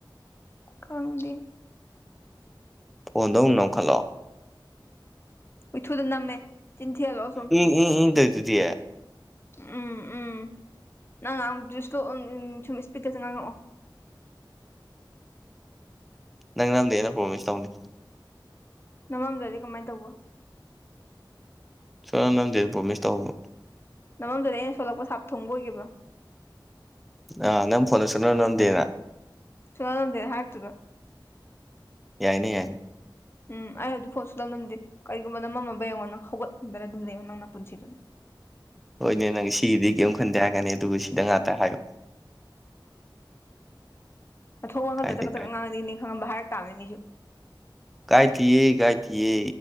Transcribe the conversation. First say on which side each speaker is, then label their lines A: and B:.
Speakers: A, on the left (about 30°); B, in the centre.
A: ꯈꯪꯗꯦ
B: ꯐꯣꯟꯗꯣ ꯑꯃꯨꯛ ꯅꯥꯝꯈꯠꯂꯣ꯫
A: ꯍꯨꯏꯊꯨꯗ ꯅꯝꯃꯦ ꯆꯤꯟ ꯊꯤꯍꯜꯂꯣ ꯁꯨꯝ꯫
B: ꯎꯝ ꯎꯝ ꯇꯧꯔꯤꯗꯨꯗꯤ
A: ꯎꯝ ꯎꯝ ꯅꯪ ꯉꯥꯡꯕꯗꯣ ꯁꯄꯤꯠ ꯑꯝ ꯁꯨꯝ ꯏꯁꯄꯤꯠꯇ ꯉꯥꯡꯉꯛꯑꯣ꯫
B: ꯅꯪ ꯅꯥꯝꯗꯦꯅ ꯄ꯭ꯔꯣꯃꯤꯁ ꯇꯧꯅꯦ
A: ꯅꯝꯃꯝꯗ꯭ꯔꯗꯤ ꯀꯃꯥꯏꯅ ꯇꯧꯕ
B: ꯁꯨꯅꯥꯝ ꯅꯥꯝꯗꯦꯅ ꯄ꯭ꯔꯣꯃꯤꯁ ꯇꯧꯕ
A: ꯅꯃꯝꯗ꯭ꯔꯗꯤ ꯑꯩꯅ ꯁꯣꯂꯛꯄ ꯁꯥꯞ ꯊꯨꯡꯕ ꯑꯣꯏꯒꯦꯕ꯫
B: ꯑ ꯅꯪ ꯐꯣꯟꯗꯨ ꯁꯨꯅꯝ ꯅꯝꯗꯦꯅ
A: ꯁꯨꯅꯝ ꯅꯝꯗꯦ ꯍꯥꯏꯔꯛꯇꯣꯏꯕ꯫
B: ꯌꯥꯏꯅꯦ ꯌꯥꯏꯅꯦ
A: ꯎꯝ ꯑꯩ ꯍꯧꯖꯤꯛ ꯐꯣꯟ ꯁꯨꯡꯅꯝ ꯅꯝꯗꯦ ꯀꯔꯤꯒꯨꯝꯕ ꯅꯃꯝꯃꯕ ꯌꯦꯡꯉꯣ ꯅꯪ ꯍꯧꯒꯠ ꯉꯝꯗꯅ ꯑꯗꯨꯝ ꯂꯩꯉꯣ ꯅꯪ ꯅꯄꯨꯟꯁꯤꯗꯨ ꯑꯗꯨꯝ꯫
B: ꯍꯣꯏꯅꯦ ꯅꯪ ꯁꯤꯒꯤꯗꯤ ꯀꯤꯝ ꯈꯟꯗꯦ ꯍꯥꯏꯒꯅꯤ ꯑꯗꯨꯒ ꯁꯤꯗ ꯉꯥꯛꯇ ꯍꯥꯏꯌꯣ꯫
A: ꯃꯊꯣꯡ ꯃꯔꯝ ꯈꯪꯗꯅ
B: ꯀꯥꯏꯗꯦ
A: ꯆꯒꯠ ꯆꯒꯠ ꯉꯥꯡꯉꯛ ꯑꯗꯤꯅꯦ ꯈꯪꯉꯕ꯭ꯔ ꯍꯥꯏꯔꯛ ꯇꯥꯕꯅꯤ ꯃꯤꯁꯨ꯫
B: ꯀꯥꯏꯗꯦꯌꯦ ꯀꯥꯏꯗꯦꯌꯦ